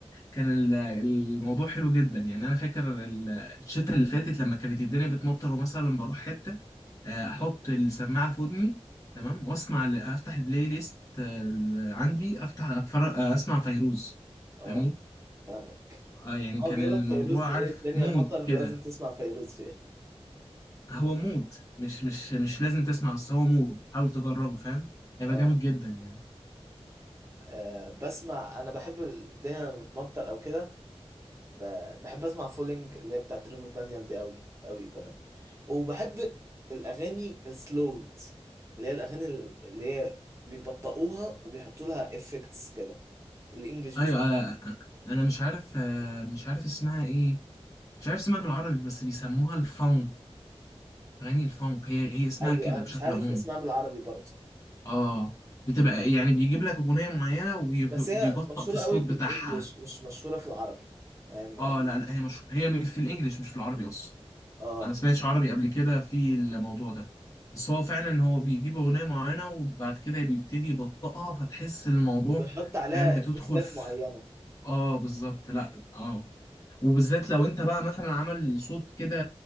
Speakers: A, on the left (about 30°); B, on the right (about 25°).
A: كان ال- الموضوع حلو جدا يعني انا فاكر ال- الشتا اللي فاتت لما كانت الدنيا بتمطر ومثلا بروح حته آه، احط السماعه في ودني تمام واسمع ال- افتح البلاي ليست آه، ال- عندي افتح اتفرج آه، اسمع فيروز
B: اه
A: فاهمني
B: فاهمك
A: اه يعني
B: هو
A: كان
B: بيقول
A: الموضوع
B: لك فيروز ده
A: عارف
B: ايه الدنيا
A: مود
B: مطر
A: كده
B: لازم تسمع فيروز فيها
A: هو مود مش مش مش لازم تسمع بس هو مود حاول تجربه فاهم هيبقى
B: اه
A: جامد جدا يعني
B: آه، بسمع انا بحب الدنيا لما بتمطر او كده ب- بحب اسمع فولينج اللي هي بتاعت ريفر دانيال دي قوي قوي كمان وبحب الاغاني السلود اللي هي الاغاني اللي هي بيبطئوها وبيحطوا لها افكتس كده الانجليش بالذات
A: ايوه آه، آه، انا مش عارف آه، مش عارف اسمها ايه مش عارف اسمها بالعربي بس بيسموها الفانك اغاني الفانك هي هي اسمها
B: ايوه
A: كده
B: انا
A: بشكل
B: مش عارف
A: عمومي
B: اسمها بالعربي برضه
A: اه بتبقى يعني بيجيب لك اغنيه معينه وبيبطأ
B: بس هي مشهوره
A: في الصوت
B: قوي في
A: بتاعها
B: الانجليش مش مشهوره في العربي يعني ما-
A: اه لا لا هي مش هي في الانجليش مش في العربي اصلا
B: اه
A: انا سمعتش عربي قبل كده في الموضوع ده بس هو فعلا هو بيجيب اغنيه معينه وبعد كده بيبتدي يبطئها فتحس الموضوع
B: بيحط عليها
A: فاهم بتدخل
B: افكتات
A: في
B: معينه
A: اه بالظبط لا اه وبالذات لو انت بقى مثلا عمل صوت كده